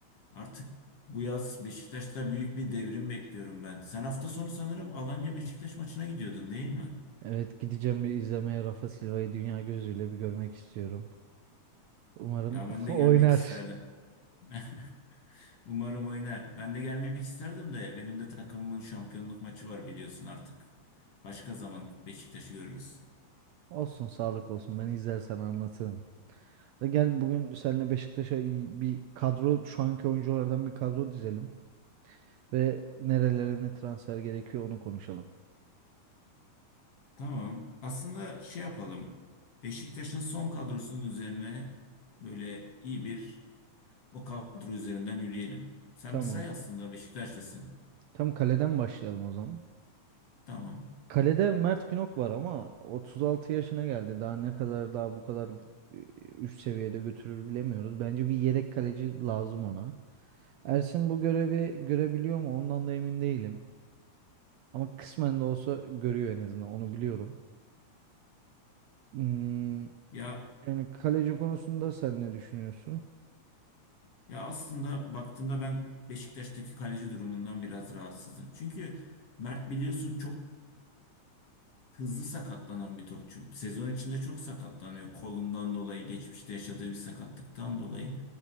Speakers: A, on the left; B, on the right.
A: Artık bu yaz Beşiktaş'ta büyük bir devrim bekliyorum ben. Sen hafta sonu sanırım Alanya Beşiktaş maçına gidiyordun değil mi?
B: Evet gideceğim bir izlemeye Rafa Silva'yı dünya gözüyle bir görmek istiyorum. Umarım
A: Ya ben
B: <laughs>
A: de
B: oynar.
A: gelmek isterdim. <laughs> Umarım oynar. Ben de gelmek isterdim de benim de takımımın şampiyonluk maçı var biliyorsun artık. Başka zaman Beşiktaş'ı görürüz.
B: Olsun sağlık olsun ben izler sana anlatırım. Da gel bugün seninle Beşiktaş'a iyi bir kadro şu anki oyunculardan bir kadro dizelim. Ve nerelere ne transfer gerekiyor onu konuşalım.
A: Tamam. Aslında şey yapalım. Beşiktaş'ın son kadrosunun üzerine böyle iyi bir o kadro üzerinden yürüyelim. Sen
B: Tamam.
A: bir say aslında Beşiktaşlısın.
B: Tam kaleden başlayalım o zaman.
A: Tamam.
B: Kalede Mert Günok var ama 36 yaşına geldi. Daha ne kadar daha bu kadar e, üst seviyede götürür bilemiyoruz. Bence bir yedek kaleci lazım ona. Ersin bu görevi görebiliyor mu? Ondan da emin değilim. Ama kısmen de olsa görüyor en azından. Onu biliyorum. Hmm,
A: Ya
B: yani kaleci konusunda sen ne düşünüyorsun?
A: ya aslında baktığımda ben Beşiktaş'taki kaleci durumundan biraz rahatsızım. Çünkü Mert biliyorsun çok hızlı sakatlanan bir topçu. Sezon içinde çok sakatlanıyor. Kolundan dolayı, geçmişte yaşadığı bir sakatlıktan dolayı.